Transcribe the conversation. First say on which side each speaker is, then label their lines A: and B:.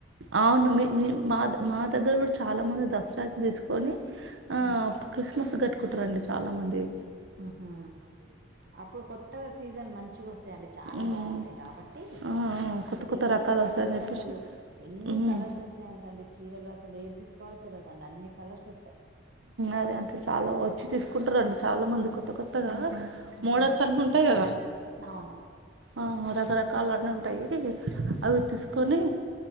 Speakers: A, on the right; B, on the right.
A: అవును మీ మా మా దగ్గర కూడా చాలా మంది దసరాకి తీసుకు కొని ఆ
B: ఉమ్
A: క్రిస్మస్ గట్ కుంటారండి చాలా మంది
B: ఉ అప్పుడు కొత్తగా సీజన్ మంచిగా వస్తాయిండి చాలా
A: మ్,
B: బాగుంటాయి కాబట్టి
A: ఆ, కొత్త
B: రేర్
A: కొత్త రకాలు
B: కలర్స్
A: వస్తాయని చెప్పేసి
B: అసలు. ఎన్ని
A: మ్,
B: కలర్స్ వస్తాయంట అండి చీరలు అసలు. ఏది తీసుకోవాలో తెల్వదండి అన్ని కలర్స్ ఓస్తాయి
A: అదే అంటే చాలా వచ్చి తీసుకుంటారుంటా చాలా మంది కొత్త కొత్తగా
B: హ్మ్
A: మోడల్స్ అన్నీ ఉంటాయి కదా
B: అవును
A: ఆ రకరకాలనుంటాయి
B: ఉమ్
A: అవి తీసుకొని